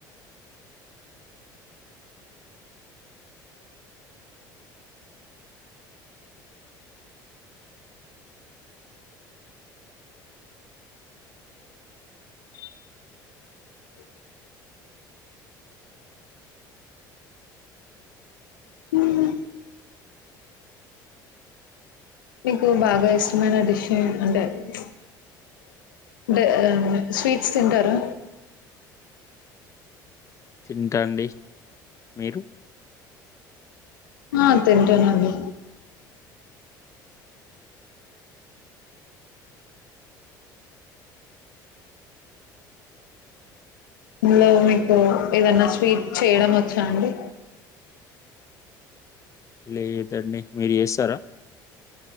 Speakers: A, on the left; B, on the left.
A: ఉ హ్మ్ మీకు బాగా ఇష్టమైన డిష్ అంటేంటే స్వీట్స్ తింటారు
B: తింటండి మీరు
A: ఆ తింటానండి ఇందులో మీకు ఏదన్నా స్వీట్ చేయడం వచ్చా అండి
B: లేదండి మీరు చేస్తారా